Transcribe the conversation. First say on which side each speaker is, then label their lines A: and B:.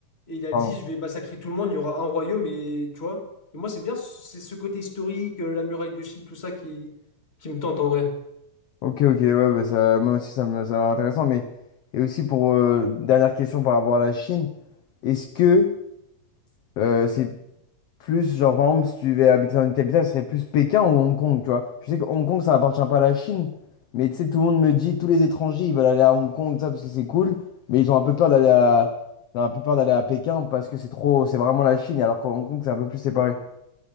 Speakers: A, on the left (about 20°); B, on the left (about 65°).
A: et il a
B: pardon.
A: dit, je vais massacrer tout le monde, il y aura un royaume, et tu vois. Et moi, c'est bien, ce- c'est ce côté historique, euh, la muraille de Chine, tout ça qui, qui me tente en vrai.
B: Ok, ok, ouais, bah ça, moi aussi ça me ça m'a l'air intéressant, mais et aussi pour euh, une dernière question par rapport à la Chine, est-ce que euh, c'est plus genre par exemple si tu devais habiter dans une capitale, ce serait plus Pékin ou Hong Kong, tu vois? Je sais que Hong Kong ça appartient pas à la Chine, mais tu sais tout le monde me dit tous les étrangers ils veulent aller à Hong Kong tout ça parce que c'est cool, mais ils ont un peu peur d'aller à ils ont un peu peur d'aller à Pékin parce que c'est trop c'est vraiment la Chine alors qu'en Hong Kong c'est un peu plus séparé.